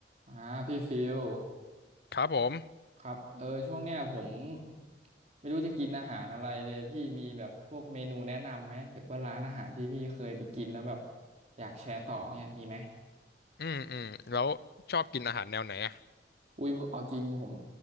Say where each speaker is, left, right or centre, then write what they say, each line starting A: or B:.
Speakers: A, on the right; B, on the left.
A: อ่าพี่ฟิล
B: ครับผม
A: ครับเออช่วงเนี้ยผมไม่รู้จะกินอาหารอะไรเลยพี่มีแบบพวกเมนูแนะนำไหมหรือว่าร้านอาหารที่พี่เคยไปกินแล้วแบบอยากแชร์ต่อเนี่ยมีไหม
B: อืมอืมแล้วชอบกินอาหารแนวไหนอ่ะ
A: อุ้ยเอาจริงผม